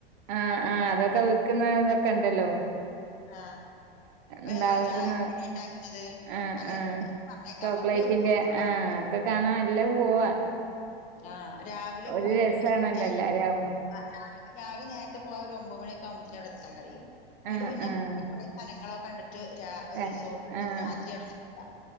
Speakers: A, on the right (about 60°); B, on the left (about 25°).
A: ആഹ് ആഹ് അതൊക്ക വിക്ക്ന്നാ ഇതൊക്കണ്ടല്ലോ
B: ആഹ് പിന്നെ
A: ഉണ്ടാക്കുന്ന
B: അത്പോലെ ചായപ്പൊടി ഇണ്ടാക്ക്ണത്
A: ആഹ്
B: അങ്ങനെക്കേ
A: ആഹ്
B: ഇണ്ടാക്കും പറ്ഞ്ഞേക്കാ
A: ചോക്ലേറ്റിന്റെ
B: അമ്മക്ക് <unintelligible>
A: ആഹ് ഒക്കെ കാണാ എല്ലേം പോവാ
B: ആഹ് രാവിലെ
A: ഒരു
B: പോയിട്ട്
A: രസാണല്ലോ
B: വൈകുന്നേരം
A: എല്ലാരും ആവുമ്പോ
B: ആഹ് രാവി രാവില നേരത്തെ പോവാ ഒരു ഒമ്പഹ് മണിയൊക്കാവുമ്പത്തിന് അവടെ എത്താ കഴിയും ഇന്ന്ട്ട്
A: ആഹ്
B: പിന്നെ
A: ആഹ്
B: ഈ കൊറേ സ്ഥലങ്ങളോ കണ്ടിട്ട് രാ ഒര്
A: ആഹ്
B: റിസോർട്ടെട്ത്തിട്ട്
A: ആഹ്
B: രാത്രി അവടെ നിക്കാ